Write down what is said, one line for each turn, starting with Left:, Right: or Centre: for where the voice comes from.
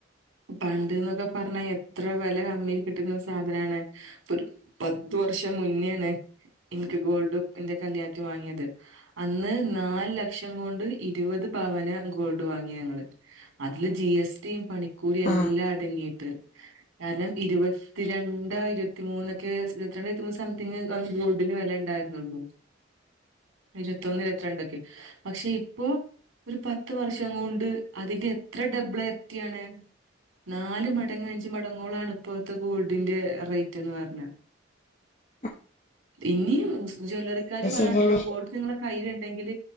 Right: പണ്ട്ന്നൊക്കെ പറഞ്ഞാ എത്ര വില കമ്മിൽ കിട്ടുന്ന സാധനാണ് ഒരു ഒരു വർഷം മുന്നോണ് എനിക്ക് ഗോൾഡ് എന്റെ കല്യാണണം വാങ്ങിയത് അന്ന് നാല് ലക്ഷം കൊണ്ട് ഇരുപത് പവന ഗോൾഡ് വാങ്ങിയ ഞങ്ങള് അതില് ജി എസ്ടിയും പണിക്കൂടിയ എല്ലാം
Left: ആഹ്
Right: അടങ്ങിയിട്ട് കാരണം ഇരുപത്തിരണ്ട രണ്ടായിരത്തിമൂന്നൊക്കെ രണ്ടായിരത്തി മൂന്ന് സംതിങ് അന്ന് ഗോൾഡിന് വില ഉണ്ടായിരുന്നുള്ളു ഇരുപത്തൊന്ന് ഇരുപത്തിരണ്ടൊക്കെ പക്ഷെ ഇപ്പൊ ഒരു പത്ത് വർഷം കൊണ്ട് അതിന്റെ എത്ര ഡബ്ള് എത്തിയാണ് നാല് മടങ്ങങ് അഞ്ച മടങ്ങുകളളാണ് ഇപ്പോഴത്തെ ഗോൾഡിന്റെ റേറ്റ് എന്ന് പറഞ്ഞ
Left: <inaudible>
Right: ഇനിയും ജ്വല്ലറിക്കാര്
Left: അത്
Right: വേണം
Left: ശരിയാണ്
Right: അധികം കോടു് നിങ്ങളെ കൈ ങ്കിൽ